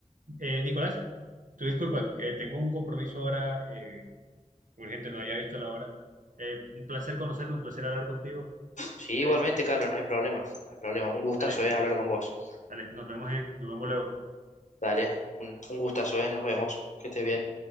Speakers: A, on the right; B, on the left.
A: eh, Nicolás, tu disculpa, eh, tengo un compromiso ahora eh, urgente, no había visto la hora. Eh, un placer conocerte, un placer hablar contigo.
B: Sí,
A: Entonces,
B: igualmente, Carlos, no hay problema. No hay problema. Un gustazo,
A: vale,
B: eh, hablar con vos.
A: vale, nos vemos en, nos vemos luego.
B: Dale, un, un gustazo, eh, nos vemos. Que estés bien.